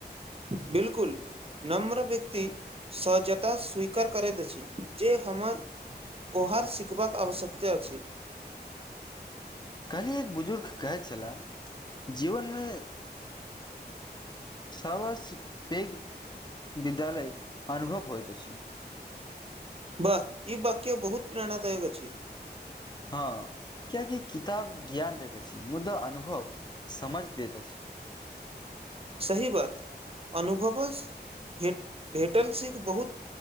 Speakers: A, on the right; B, on the left.
A: बिल्कुल नम्र व्यक्ति सहजता स्वीकार करैत अछि जे हमर ओहार सिखबाक आवश्यकता अछि
B: कहलियै एक बुजुर्ग कहै छलय जीवनमे साव पेघ विद्यालय अनुभव होइत अछि
A: वाह ई वक्य बहुत प्रेरणादायक अछि
B: हँ कियाकि किताब ज्ञान दैत अछि मुदा अनुभव समझ दैत अछि
A: सही बात अनुभवस भेटल सिक बहुत